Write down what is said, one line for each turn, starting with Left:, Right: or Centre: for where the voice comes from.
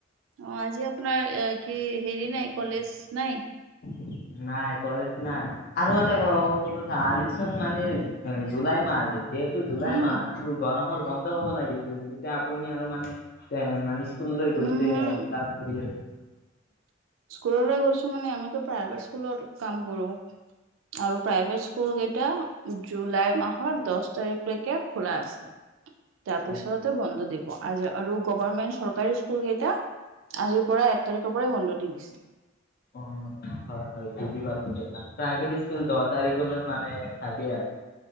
Right: অ, আজি আপোনাৰ এ কি হেৰি নাই কলেজ নাই।
Left: <inaudible> নাই কলেজ নাই আৰু এটা কথা আজিচোন মানে জুলাই মাহ আজি। জুলাই
Right: উম,
Left: মাহটো গৰমৰ বন্ধ হ'ব লাগিছিল যেতিয়া আপুনি আৰু মানে এ মানে স্কুললৈ গৈছে
Right: উম, হুম।
Left: আৰু ক্লাছ কৰি আছে
Right: স্কুললৈ গৈছো মানে আমিতো প্ৰাইভেট স্কুলত কাম কৰো আৰু প্ৰাইভেট স্কুল কেইটা জুলাই মাহৰ দহ তাৰিখলৈকে খোলা আছে তাৰপিছত
Left: অ
Right: বন্ধ দিব আজি আৰু গভমেন্ট চৰকাৰী স্কুল কেইটা আজিৰ পৰা এক তাৰিখৰ পৰাই বন্ধ দি দিছে।
Left: অ হয় হয় পাল এতিয়া প্ৰাইভেট স্কুল দহ তাৰিখলৈ মানে থাকেই আৰু।